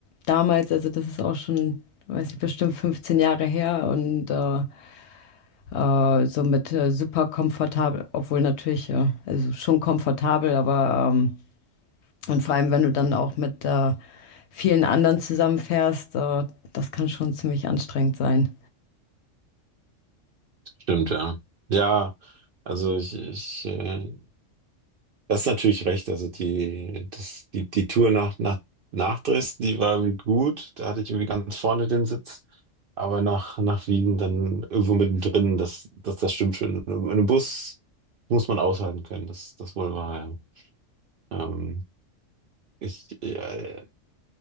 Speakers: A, on the left; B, on the right.
A: damals, also das ist auch schon, weiß nicht, bestimmt 15 Jahre her und äh, Äh, so mit äh, super komfortabel, obwohl natürlich, ja, also schon komfortabel, aber ähm, und vor allem, wenn du dann auch mit äh, vielen anderen zusammenfährst, äh, das kann schon ziemlich anstrengend sein.
B: Stimmt, ja. Ja, also ich, ich äh, das ist natürlich recht. Also die, das, die, die Tour nach, nach, nach Dresden, die war irgendwie gut. Da hatte ich irgendwie ganz vorne den Sitz. Aber nach, nach Wien dann irgendwo mittendrin, das, das, das stimmt schon. In einem Bus muss man aushalten können, das, das wohl war, ja. Ähm, ich, ja, ja.